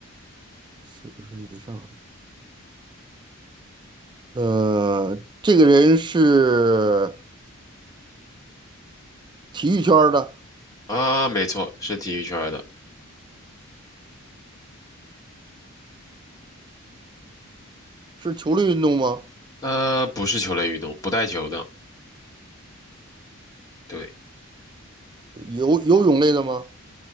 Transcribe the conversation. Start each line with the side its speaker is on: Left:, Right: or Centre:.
Right: 四十岁以上。呃，这个人是体育圈儿的，
Left: 啊，没错，是体育圈的，
Right: 是球类运动吗？
Left: 呃，不是球类运动，不带球的，对，
Right: 游游泳类的吗？